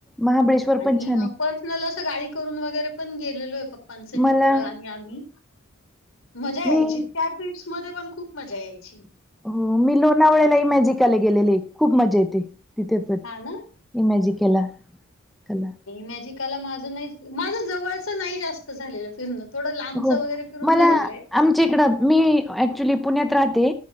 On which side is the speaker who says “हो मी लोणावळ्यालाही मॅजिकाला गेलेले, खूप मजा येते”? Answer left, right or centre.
Centre